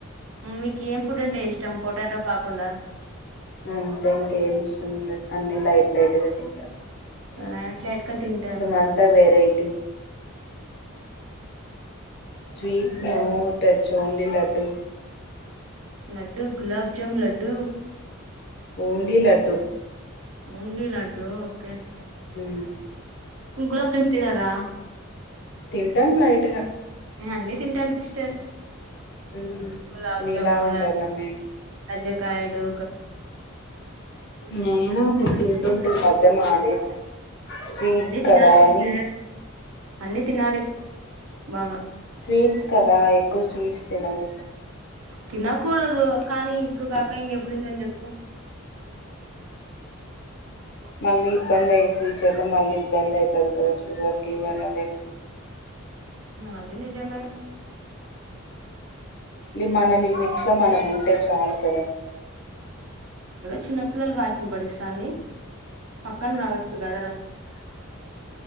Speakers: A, on the right; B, on the left.
A: మీకు ఏం ఫుడ్ అంటే ఇష్టం పొటాటో కాకుండా
B: అంతే ఇంకేమి ఇష్టం ఉండదు అన్ని లైట్ లైట్గా తింటాను
A: లైట్ లైట్ గా తింటాను
B: అంతా variety sweets no touch only డ్డూ
A: laddu gulab jamun laddu
B: only laddu
A: only laddu okay
B: హ్మ్మ్
A: గులాబ్ జామ్ తినారా
B: తింటాం లైట్ గా
A: నేను అన్నీ తింటాను సిస్టర్
B: మ్మ్
A: గులాబ్
B: మీలా
A: జాముల్
B: ఉండాల
A: అన్
B: మేము
A: కయలో
B: నేను అప్పుడు
A: అన్ని
B: తింటుంటి
A: తింటా
B: ఈ మధ్య మానేసి కాలక్ స్వీట్స్
A: అన్ని తినాలి
B: కదా
A: సిస్టర్
B: అని
A: అన్ని తినాలి బాగ
B: స్వీట్స్ కదా ఎక్కువ స్వీట్స్ తినన్
A: తినకూడదు కానీ ఇప్పుడు కాక ఇంకెప్పుడు తింటం చెప్
B: మళ్ళీ ఇబ్బంది అయి ఫ్యూచర్ లో మళ్ళీ ఇబ్బంది అయితది కదా శుగర్ గివర్ అదే
A: అది నిజమే
B: అ మన లిమిట్స్ లో మనం ఉంటే చాలు కదా
A: చిన్నపిల్లల వాయిస్ ఇనబడిస్తాంది పక్కన రావచ్చు కద రా